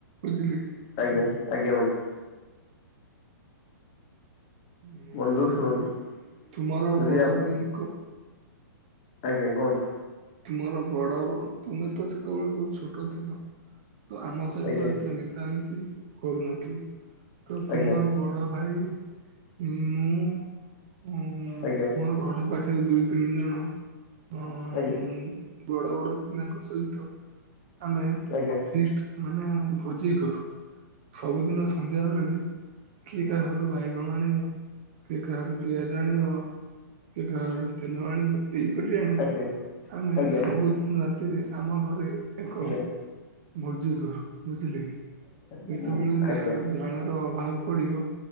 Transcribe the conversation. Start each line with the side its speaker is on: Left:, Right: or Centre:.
Right: ବୁଝିଲେ କି?
Left: ଆଜ୍ଞା ଆଜ୍ଞା ବନ୍ଧୁ।
Right: ହୁ।
Left: ବନ୍ଧୁ ଶୁଣନ୍ତୁ
Right: ତୁମର
Left: ଯଦି
Right: ବଡ
Left: ଆପ
Right: ଭାଇ ଙ୍କ
Left: ଆଜ୍ଞା କୁହନ୍ତୁ।
Right: ତୁମର ବଡ ତୁମେ ତ ସେତେବେଳେ ବହୁତ ଛୋଟ ଥିଲ। ତ ଆମ ସହିତ
Left: ଆଜ୍ଞା
Right: ଏତେ ମିଶାମିଶି କରୁନଥିଲ। ତ ତୁମର
Left: ଆଜ୍ଞା
Right: ବଡ ଭାଇ ମୁଁ ମୁଁ
Left: ଆଜ୍ଞା
Right: ତୁମର ଘର ପାଖରେ ଦୁଇ, ତିନି ଜଣ ହଁ
Left: ଆଜ୍ଞା
Right: ହଁ ବଡ଼ ବଡ଼ ପିଲାଙ୍କ ସହିତ ଆମେ
Left: ଆଜ୍ଞା ଆଜ୍ଞା
Right: ଫିଷ୍ଟ ମାନେ ଭୋଜି କରୁ। ସବୁଦିନ ସନ୍ଧ୍ୟାବେଳେ କିଏ କା ଘରୁ ବାଇଗଣ ଆଣିବ କିଏ କାହାର ପିଆଜ ଆଣିବ କିଏ କାହାର ତେଲ ଆଣିବ ଏଇପରି ଆଣି
Left: ଆଜ୍ଞା
Right: ଆମେ
Left: ଆଜ୍ଞା ଆଜ୍ଞା
Right: ସବୁଦିନ ରାତିରେ ଆମ ଘରେ ଏକ
Left: ଆଜ୍ଞା
Right: ଭୋଜି କରୁ ବୁଝିଲେ କି? ଯେତେବେଳେ
Left: ମୁଁ ଆଜ୍ଞା
Right: ଜା
Left: ଆଜ୍ଞା
Right: ଜାଳର ଅଭାବ ପଡ଼ିବ